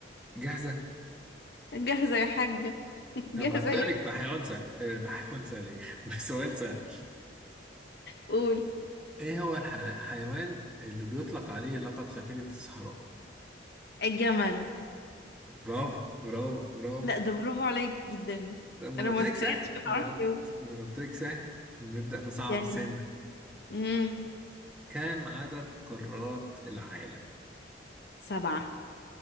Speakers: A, in the centre; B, on the left (about 55°).
A: جاهزة؟
B: جاهزه يا حاجه <laughs> جاهزه
A: طب هبدأ
B: يا
A: لك بحيوان سهل آه <laughs> بحيوان سهل ايه <laughs> بسؤال سهل
B: قول
A: ايه هو الح- الحيوان اللي بيطلق عليه لقب سفينة الصحراء؟
B: الجمل
A: برافو برافو برافو
B: لا ده برافو عليك جدا
A: ده ما
B: انا
A: انا قلت
B: ما
A: لك
B: تخيلتش
A: سهل
B: إن
A: ما
B: أعرف
A: انا قلت
B: أجاوب.
A: ما أنا قلت لك سهل نبدأ نصعب
B: يعني
A: سنة
B: امم
A: كم عدد قارات العالم؟
B: سبعه